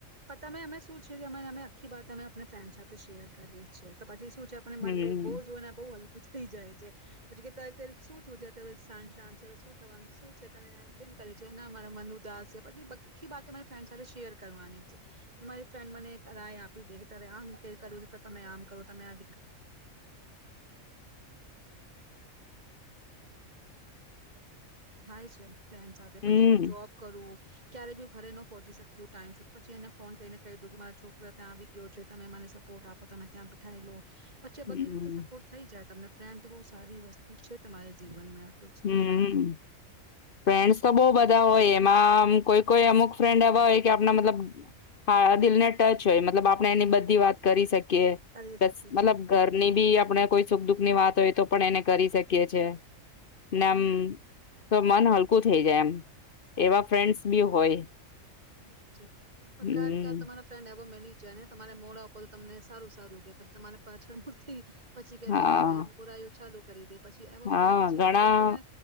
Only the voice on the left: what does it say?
હમ
હમ
હમ
હમ ફ્રેન્ડ્સ તો બહું બધા હોય એમાં કોઈ કોઈ અમુક ફ્રેન્ડ એવા હોય કે આપણા મતલબ દિલને ટચ હોય મતલબ આપણે એની બધી વાત કરી શકીએ. કે
બસ મતલબ
ઘરની ભી આપણે કોઈ સુખ દુઃખ ની વાત હોય તો પણ એને કરી શકીએ છે. નમ તો મન હલકું થઇ જાય એમ. એવા ફ્રેન્ડ્સ બી હોય
હમ
હા
હા
ઘણા